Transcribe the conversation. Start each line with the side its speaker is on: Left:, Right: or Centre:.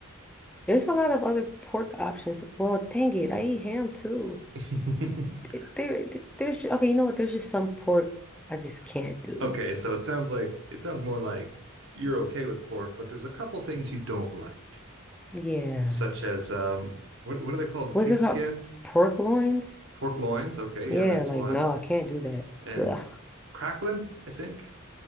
Centre: there's a lot of other pork options. Well, dang it, I eat ham too.
Right: <laughs>
Centre: There, there- there's okay. You know what? There's just some pork I just can't do.
Right: okay, so it sounds like it sounds more like you're okay with pork, but there's a couple things you don't like,
Centre: Yeah.
Right: such as um, what what do they called?
Centre: What's
Right: Pig
Centre: it
Right: skin,
Centre: called? Pork loins?
Right: pork loins. Okay,
Centre: Yeah,
Right: yeah, that's
Centre: like
Right: one.
Centre: no, I can't do that.
Right: And
Centre: Ugh.
Right: crackling, I think.